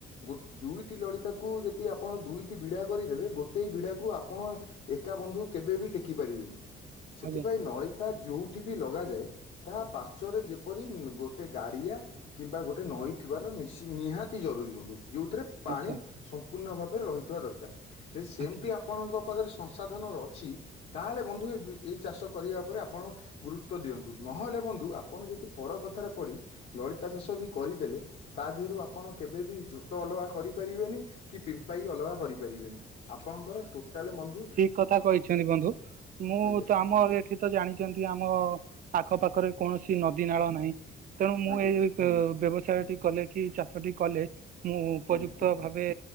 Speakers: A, on the left; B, on the right.
A: ଗୋ ଦୁଇଟି ଲଡିତାକୁ ଯଦି ଆପଣ ଦୁଇଟି ବିଡା କରିଦେବେ ଗୋଟେ ବିଡାକୁ ଆପଣ ଏକା ବନ୍ଧୁ କେବେ ବି ଟେକି ପାରିବେନି ସେଥିପାଇଁ
B: ଆଜ୍ଞା
A: ନଳି ତା ଯୋଉଠି ବି ଲଗାଯାଏ ତାହା ପାଶ୍ଵରେ ଯେପରି ଗୋଟେ ଗାଡିଆ କିମ୍ବା ଗୋଟେ ନଈ ଥିବାର ନିଞ୍ଚ ନିହାତି ଜରୁରୀ ବନ୍ଧୁ ଯୋଉଥିରେ ପାଣି
B: ଆଚ୍ଛା
A: ସମ୍ପୂର୍ଣ୍ଣ ଭାବରେ ରହିଥିବା ଦରକାର ସେ ସେମିତି
B: ଆଚ୍ଛା
A: ଆ ଆପଣଙ୍କ ପାଖରେ ସଂସାଧନ ଅଛି ତାହେଲେ ବନ୍ଧୁ ଏଇ ଚାଷ କରିବା ଉପରେ ଆପଣ ଗୁରୁତ୍ୱ ଦିଅନ୍ତୁ। ନହେଲେ ବନ୍ଧୁ ଆପଣ ଯଦି ପର କଥାରେ ପଡି ଲଳିତା ଚାଷ ବି କରିଦେଲେ ତା ଦେହରୁ ଆପଣ କେବେ ବିି ଝୋଟ ଅଲଗା କରିପାରିବେନି କି ପିମ୍ପାଇ ଅଲଗା କରିପାରିବେନି। ଆପଣଙ୍କର ଟୋଟାଲ ବନ୍ଧୁ
B: ଠିକ୍ କଥା କହିଛନ୍ତି ବନ୍ଧୁ ମୁଁ
A: ଆଜ୍ଞା
B: ତ ଆମ ଏ ଏଠି ତ ଜାଣିଛନ୍ତି ଆମ ଆଖପାଖରେ କୌଣସି ନଦୀ ନାଳ ନାହିଁ। ତେଣୁ ମୁଁ
A: ଆଜ୍ଞା
B: ଏଇ ବ୍ୟ ବ୍ୟବସାୟଟି କଲେ କି ଚା ସେଠି କଲେ ମୁଁ ଉପଯୁକ୍ତ
A: ଆଜ୍ଞା
B: ଭାବେ